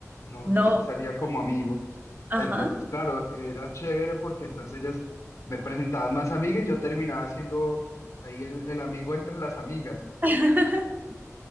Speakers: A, on the left; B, on the right.
A: No,
B: no,
A: yo sí salía como amigo.
B: ajá.
A: Entonces, claro, era chévere porque entonces ellas me presentaban más amigas y yo terminaba siendo ahí el, el amigo entre las amigas.
B: <laughs>